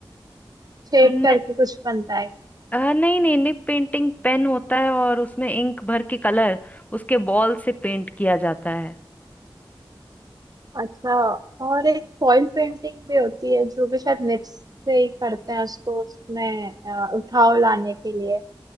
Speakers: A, on the right; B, on the left.
A: शेड
B: न,
A: करके कुछ बनता है
B: आ, नहीं नहीं निब पेंटिंग पेन होता है और उसमें इंक भर के कलर उसके बॉल से पेंट किया जाता है
A: अच्छा और एक फॉइल पेंटिंग भी होती है जो कि शायद निप्स से ही करते हैं उसको उसमें अ, उठाव लाने के लिए